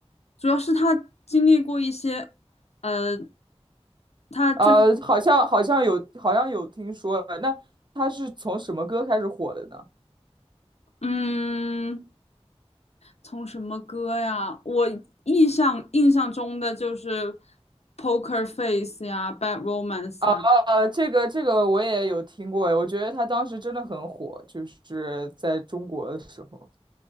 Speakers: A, on the left; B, on the right.
A: 主要是她经历过一些。呃他最开
B: 呃，好像好像有好像有听说，那她是从什么歌开始火的呢？
A: 嗯，从什么歌呀？我印象印象中的就是《Poker Face》呀，《Bad Romance》啊。
B: 啊，这个这个我也有听过，我觉得他当时真的很火，就是在中国的时候。